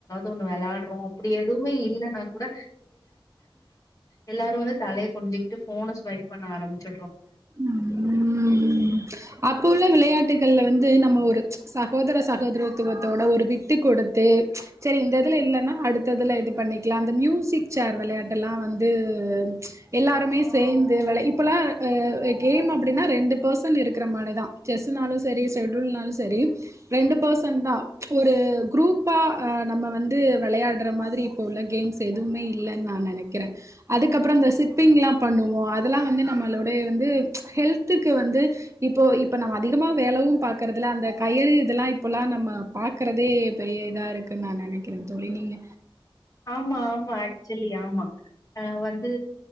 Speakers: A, on the left (about 40°); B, on the right (about 35°).
A: ஒன்னு வெளயாடுறோ அப்டி எதுவுமே இல்லைன்னா கூட எல்லாரு வந்து தலய குனுஞ்சுகிட்டு ஃபோன ஸ்வைப் பண்ண ஆரம்பிச்ச
B: உம் அப்போ உள்ள விளயாட்டு வந்து நம்ம ஒரு சகோதர சகோதரத்துவத்தோட ஒரு விட்டு கொடுத்து சரி இந்த இதுல இல்லைன்னா அடுத்ததுல இது பண்ணிக்கலா அந்த மியூசிக் சேர் விளையாட்டு எல்லா வந்து எல்லாருமே சேர்ந்து விள இப்பல்லா கேம் அப்டின்னா ரெண்டு பேர்சன் இருக்ற மாரிதா செஸ்னாலு சரி செடுல்னாலு சரி ரெண்டு பர்சன் தா ஒரு குரூப்பா நம்ம வந்து வெளயாடுற மாதிரி இப்போ உள்ள கேம்ஸ் எதுவுமே இல்லைன்னு நா நெனக்குறே அதுக்கப்பறோ இந்த சிப்பிங்லா பண்ணுவோ அதெல்லா வந்து நம்மளோடய வந்து ஹெல்த்துக்கு வந்து இப்போ இப்ப நம்ம அதிகமா வேலயு பாக்குறதுல அந்த கயிறு இதெல்லா இப்பல்லா நம்ம பாக்குறதே பெரிய இதா இருக்குன்னு நா நெனக்குறே தோழி நீங்க
A: ஆமா ஆமா ஆக்சுவலி ஆமா அ வந்து